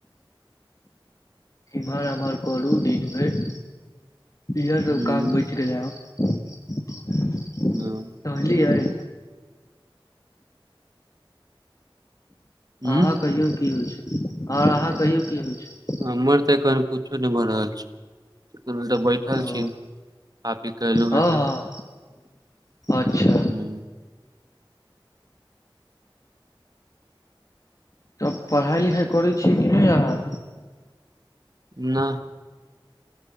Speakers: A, on the left; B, on the right.
A: इम्हर -आम्हर करू दिनभैर। इहे
B: हूँ
A: सब काम बैच गेल आब।
B: हँ।
A: समझलियै?
B: हूँ
A: आहाँ कहियौ की होइ छै ओैर आहाँ कहियौ की होइ छै?
B: हमर तऽ एखन कुछो नै भऽ रहल छै <unintelligible> बैठल
A: छै
B: छी। खा पी कऽ एलु
A: हँ
B: हें तऽ
A: हँ अच्छा।
B: हूँ।
A: तब पढ़ाइ लिखाइ करै छीयै कि नै आहाँ?
B: न अ